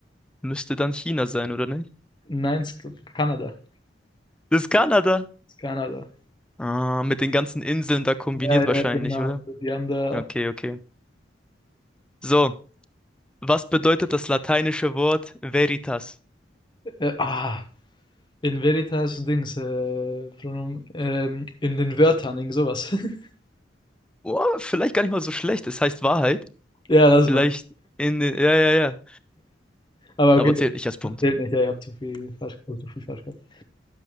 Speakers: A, in the centre; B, on the left.
A: Müsste dann China sein, oder nicht?
B: Nein, es- Kanada.
A: Das ist Kanada.
B: Kanada.
A: Ah, mit den ganzen Inseln da kombiniert
B: Ja, ja,
A: wahrscheinlich,
B: genau. Die haben da,
A: Okay, okay. So, was bedeutet das lateinische Wort Veritas?
B: äh, ah, in veritas Dings, äh, Pronomen, ähm, in den Wörtern, irgend sowas. <laughs>
A: Oh, vielleicht gar nicht mal so schlecht. Es heißt Wahrheit.
B: Ja, lass
A: Vielleicht
B: mal.
A: in den. Ja, ja, ja.
B: Aber
A: Aber
B: okay,
A: zählt nicht als Punkt.
B: das zählt nicht. Ja, ihr habt zu viel falsch, also zu viel falsch gehabt.